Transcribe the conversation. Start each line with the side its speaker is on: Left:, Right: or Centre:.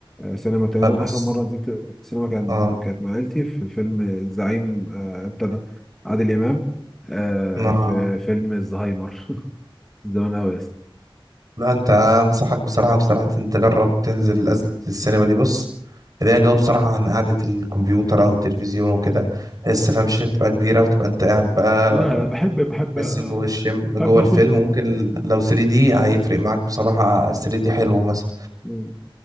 Centre: سينما تقريبا
Right: بص
Centre: آخر مرة نزلت سينما كان
Right: اه
Centre: كانت مع عيلتي في فيلم الزعيم آه، بتاع ده، عادل إمام آه،
Right: انا
Centre: في فيلم الزهايمر <laughs> زمان أوي يا اسطى
Right: لا انت انصحك بصراحة بصراحة انت تجرب تنزل نزلة السينما دي بص اللي هي جو بصراحة عن قعدة الكمبيوتر او التلفزيون وكده تحس فاهم الشاشة بتبقى كبيرة وتبقى انت قاعد بقى
Centre: لا لا بحب بحب
Right: تحس
Centre: آه،
Right: جوه الشم جوه
Centre: بحب اخد
Right: الفيلم ممكن لو 3D هيفرق معاك بصراحة 3D حلو مثلا
Centre: مم.